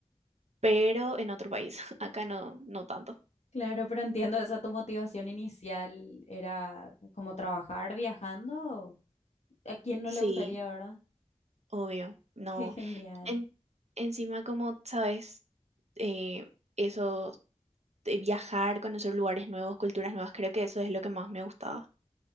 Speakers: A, on the right (about 65°); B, on the left (about 65°).
A: pero en otro país, <laughs> acá no, no tanto.
B: Claro, pero entiendo, esa tu motivación inicial era como trabajar viajando. ¿A quién no le
A: Sí,
B: gustaría, verdad? <laughs>
A: obvio, no.
B: Qué genial.
A: En- encima, como sabes, eh, eso de viajar, conocer lugares nuevos, culturas nuevas, creo que eso es lo que más me gustaba.